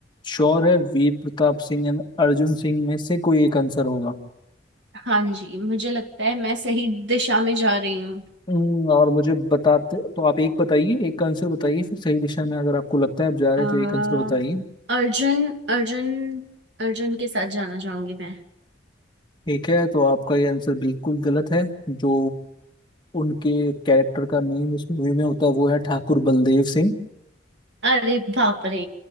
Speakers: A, on the left; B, on the right.
A: श्योर है वीर प्रताप सिंह एंड अर्जुन सिंह में से कोई एक आंसर होगा
B: हाँ जी मुझे लगता है मैं सही दिशा में जा रही हूँ
A: हम्म, और मुझे बताते तो आप एक बताइए एक आंसर बताइए फिर सही दिशा में अगर आपको लगता है आप जा रहे
B: अ,
A: हैं तो एक आंसर बताइए
B: अर्जुन अर्जुन अर्जुन के साथ जाना चाहूंगी मैं
A: ठीक है तो आपका ये आंसर बिल्कुल गलत है जो उनके कैरेक्टर का नेम उस मूवी में होता है वो है ठाकुर बलदेव सिंह
B: अरे बाप रे